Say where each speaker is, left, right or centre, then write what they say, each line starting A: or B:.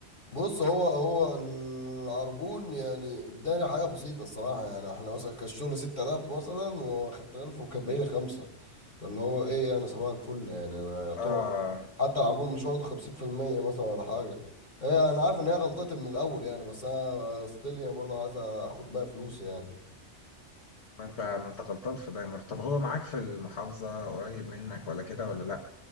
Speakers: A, on the left; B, on the left.
A: بص هو هو العربون يعني اداني حاجه بسيطه الصراحه يعني احنا مثلا كان الشغل 6000 مثلا واخدت 1000 وكان باقي لي خمسه فاللي هو ايه يعني صباح الفل يعني انا يعتبر
B: اه
A: حتى العربون مش واخد 50% مثلا ولا حاجه ايه انا عارف ان هي غلطتي من الاول يعني بس انا ستيل يعني برضه عايز اخد بقى فلوس يعني
B: ما أنت ما أنت غلطان في ده يا ماركو طب هو معاك في المحافظة قريب منك ولا كده ولا لأ؟